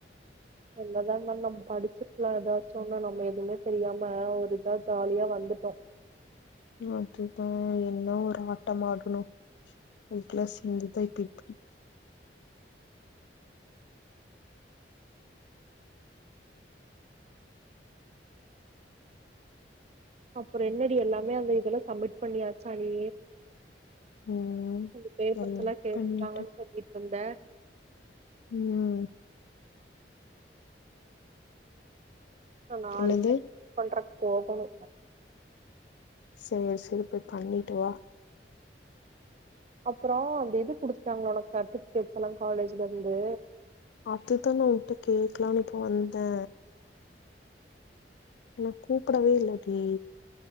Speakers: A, on the right (about 35°); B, on the left (about 70°).
A: என்னதா நம் படிச்சுக்கலா ஏதாச்சோ நம்ம எதுவுமே தெரியாம ஒரு இதா ஜாலியா வந்துட்டோம்
B: அதுதா என்ன ஒரு ஆட்டம் ஆடணோ அதுக்கெல்லா சேந்துதா இப்ப இப்படி
A: அப்புறோ என்னடி எல்லாமே அந்த இதுல சம்மிட் பண்ணியாச்சா டி
B: ம்
A: இந்த பேப்பர்ஸ்லா
B: எல்லா
A: கேட்டுதா
B: பண்ணிட்ட
A: <unintelligible>
B: ம்
A: த நாளைக்கு
B: என்னது
A: பண்ற போகணு
B: சேரி சேரி போய் பண்ணிட்டு வா
A: அப்பறொ அந்த இது குடித்துட்டாங்களா ஒனக் சர்ட்டிபிகேட்ஸெல்லா காலேஜ்ல இருந்து
B: அதுதான் நா ஒன்ட்ட கேக்கலான்னு இப்ப வந்தே ஆனா கூப்புடவே இல்லடி